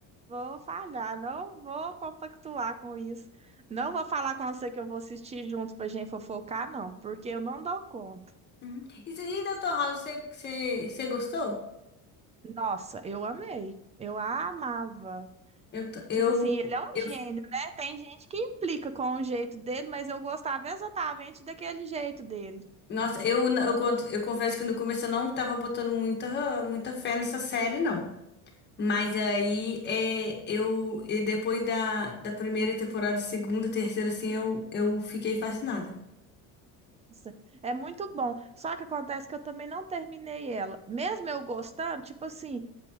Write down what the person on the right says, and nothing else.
Vou falhar, não vou compactuar com isso. Não vou falar com você que eu vou assistir junto pra gente fofocar, não, porque eu não dou conta.
Nossa, eu amei. Eu amava.
Tipo
assim, ele é um
gênio,
né? Tem gente que implica com o jeito dele, mas eu gostava exatamente daquele jeito dele.
Nossa, é muito bom. Só que acontece que eu também não terminei ela. Mesmo eu gostando, tipo assim,